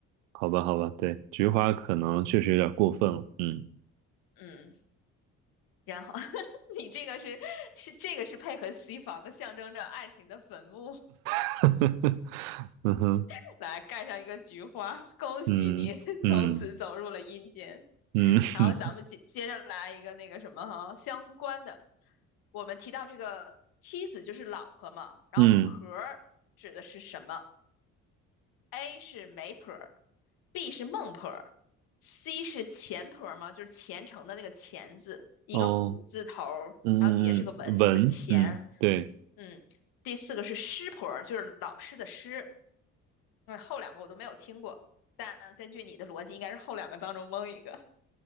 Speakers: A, on the right; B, on the left.
A: 好吧，好吧，对，菊花可能确实有点过分了。嗯，
B: 嗯。然后 <laughs> 你这个是是这个是配合西方的，象征着爱情的坟墓，
A: <laughs> 嗯哼，
B: <laughs> 来盖上一个菊花，恭喜你
A: 嗯嗯
B: <laughs> 从此走入了阴间。
A: 嗯 <laughs>
B: 然后咱们接接着来一个那个什么哈相关的，我们提到这个妻子就是老婆嘛，然后婆儿指的是什么
A: 嗯，
B: ？A 是媒婆 B 是孟婆儿，C 是钱婆儿吗？就是虔诚的那个虔字，一个虎字头儿，
A: 哦，嗯嗯嗯，
B: 然后底下是个文，
A: 文，
B: 是不是钱？
A: 嗯，对
B: 嗯，第四个是师婆儿，就是老师的师。那后两个我都没有听过，但根据你的逻辑，应该是后两个当中蒙一个。